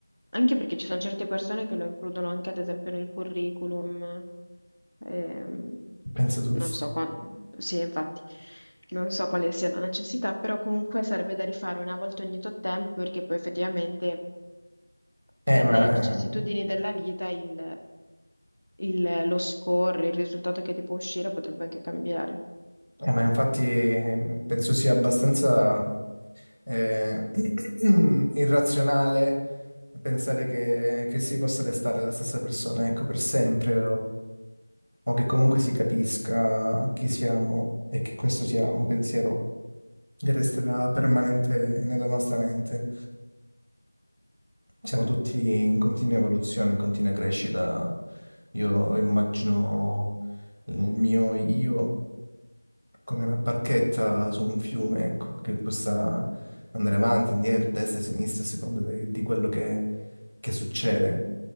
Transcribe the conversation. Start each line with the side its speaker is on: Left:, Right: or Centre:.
Left: anche perché ci sono certe persone che lo includono anche ad esempio nel curriculum, ehm,
Right: Pensa tu.
Left: non so qua- sì, infatti, non so quale sia la necessità, però comunque sarebbe da rifare una volta ogni tot tempo perché poi effettivamente
Right: Eh,
Left: per
Right: ma,
Left: le
Right: eh,
Left: vicissitudini della vita il, il- lo score, il risultato che ti può uscire potrebbe anche cambiare.
Right: eh, ma infatti eh, penso sia abbastanza eh, <coughs> <clears throat> irrazionale pensare che, che si possa restare la stessa persona, ecco, per sempre o che comunque si capisca chi siamo e che questo sia un pensiero che resterà permanente nella nostra mente. Siamo tutti in continua evoluzione, in continua crescita. Io immagino il mio io come una barchetta su un fiume, ecco, che possa andare avanti, indietro, destra e sinistra a seconda de- di quello che, che succede.